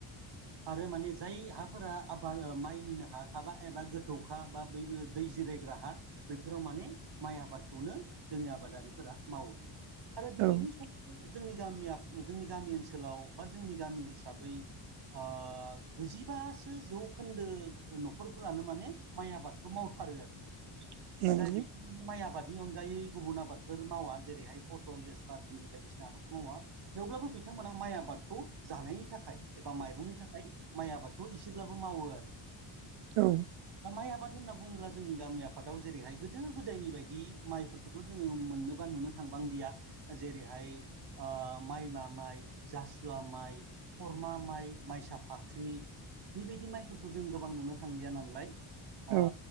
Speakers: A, on the right; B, on the right.
A: आरो माने जाय हाफोरा आबाद माइनिनो हाखाबा एबा गोथौखा बा बैबो दै जिरायग्रा हा बेफोराव माने माइ आबादखौनो जोंनि आबादारिफोरा मावो। <unintelligible>
B: औ
A: जोंनि गामिया जोंनि गामि ओनसोलाव बा जोंनि गामि हिसाबै ओ गुजिबासो जौखोन्दो न'खरफोरानो माने माइ आबादखौ मावथारो आरो
B: नंगौ
A: जाय बिदि माइ आबादनि अनगायै गुबुन आबादफोर मावा जेरैहाय पटल, लेस्रा, भिन्दि बायदिसिना आबादखौ मावा थेवब्लाबो बिथांमोना माइ आबादखौ जानायनि थाखाय एबा माइ माइरंनि थाखाय माइ आबादखौ एसेब्लाबो मावो आरो।
B: औ।
A: दा माइ आबाद होनना बुङोब्ला जोंनि गामि आफादाव जेरैहाय गोदो गोदायनि बायदि माइफोरखौ थ' जोङो मोननो बा नुनो थांबांलिया जेरैहाय ओ माइ मा माइ, जासुवा माइ, खरमा माइ माइसा फाख्रि बेबायदि माइफोरखौ जों गोबां नुनो थांलिया नालाय ओ
B: औ